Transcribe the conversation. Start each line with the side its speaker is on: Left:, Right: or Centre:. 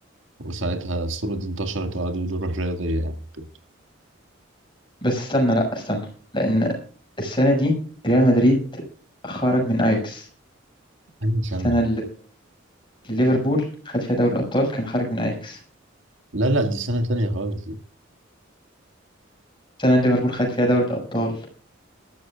Right: وساعتها الصورة دي انتشرت وقعدوا يقولوا روح رياضية يعني كده.
Left: بس استنى لأ استنى لأن السنة دي ريال مدريد خرج من أياكس
Right: أنهي سنة؟
Left: السنة لليفربول خد فيها دوري الأبطال كان خارج من أياكس
Right: لا لا دي سنة تانية خالص دي.
Left: سنة اللي ليفربول خد فيها دوري الأبطال